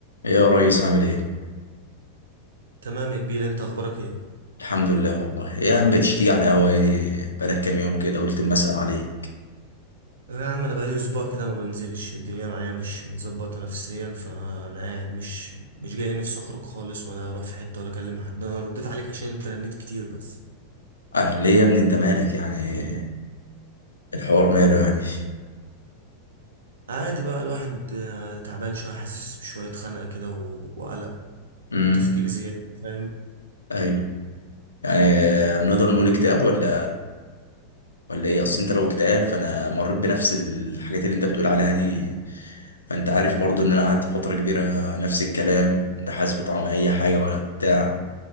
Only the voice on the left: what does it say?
يا ريس عامل ايه؟
الحمد لله والله يا عم بقيتش تيجي على القهوة ايه بقالك كام يوم كده قلت اما اسأل عليك
قال ليه يا ابني انت مالك يعني الحوار ماله يعني
امم
ايوه يعني آه، نقدر نقول اكتئاب ولا ولا ايه اصل انت لو اكتئاب فانا مريت بنفس الحاجات اللي انت بتقول عليها دي فانت عارف برضو ان انا قعدت فترة كبيرة نفس الكلام لا حاسس بطعم اي حاجة ولا بتاع